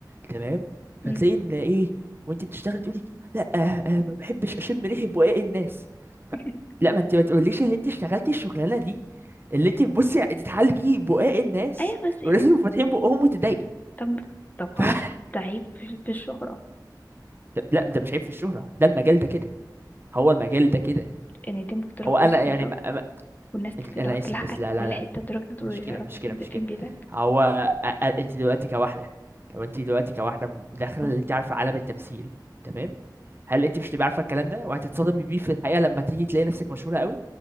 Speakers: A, on the right (about 30°); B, on the left (about 25°).
A: تمام
B: مم.
A: فتلاقي ان ايه وانت بتشتغلي تقولي لا آه، آه، ما بحبش اشم ريحه بقاق الناس ف...
B: <laughs>
A: لا ما انت ما تقوليش اللي انت اشتغلتي الشغلانه دي اللي انت بتبصي تتعالجي بقاق الناس
B: ايوه بس إيه؟
A: ولازم يبقوا فاتحين بقهم وتضايقي
B: طب طب خلاص
A: ف...
B: ده عيب في في الشهرة
A: لا انت مش عيب في الشهره ده المجال ده كده هو المجال ده كده
B: ان يتم اختراق
A: هو انا
B: خصوصيتك
A: يعني ما... ما...
B: والناس تقعد
A: انا اسف
B: تلحقك
A: بس لا
B: في
A: لا
B: كل
A: لا
B: حتة لدرجة إن
A: مشكلة
B: هو يعرف
A: مشكلة
B: فين
A: مشكلة
B: ده- فين بيتك
A: هو أ- أ- انت دلوقتي كواحدة لو انت دلوقتي كواحدة م- داخلة
B: آه.
A: اللي انت عارفة عالم التمثيل تمام هل انت مش تبقى عارفة الكلام ده وهتتصدمي بيه في الحقيقة لما تيجي تلاقي نفسك مشهورة قوي